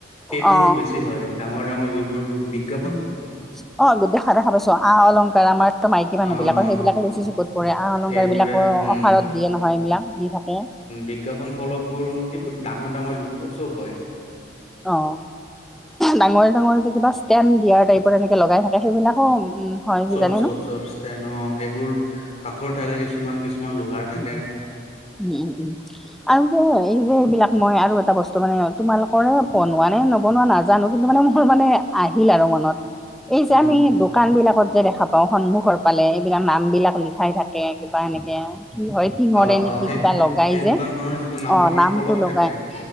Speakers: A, on the left; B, in the centre.
A: সেইবোৰ
B: অ
A: বেছি হয়, ডাঙৰ ডাঙৰ যিবোৰ বিগ
B: উ অ গোট দেখা দেখা পাইছো আ অলংকাৰ আমাৰ মাইকী মানুহ
A: অ
B: বিলাকৰ
A: অ
B: সেইবিলাকে
A: অ
B: চকুত কৰে। আহ অলংকাৰ
A: সেইবোৰে
B: বিলাকো
A: উম
B: অফাৰত দিয়ে নহয় এইবিলাক দি থাকে
A: বিজ্ঞাপন ফলকবোৰ সেইবোৰ ডাঙৰ ডাঙৰ যিবোৰ চব হয়।
B: অ। ডাঙৰে ডাঙৰ যে কিবা ষ্টেণ দিয়া টাইপৰ এনেকে লগাই থাকে সেইবিলাকো উম হয় কিজানি
A: চব চব
B: ন
A: চব ষ্টে অ সেইবোৰ কাঠৰ থাকে কিছুমান কিছুমান লোহাৰ থাকে।
B: উ উ উম উম উম আৰু যে এই যে এইবিলাক মই আৰু এটা বস্তু মানে তোমালোক কৰে বনোৱা নে নবনোৱা নাজানো কিন্তু মানে মোৰ মানে আহিল আৰু মনত। এই যে
A: উম
B: আমি দোকান বিলাকত যে দেখা প সন্মুখৰ পালে এইবিলাক নাম বিলাক লিখাই থাকে কিবা এনেকে কি হয় টিঙৰে
A: অ
B: নেকি
A: অ সেই
B: কিবা লগাই
A: সেই
B: যে
A: দোকানখনৰ যিটো নামৰ
B: অ
A: এখন
B: নামটো
A: ফলপ
B: লগাই
A: থাকে অঁ'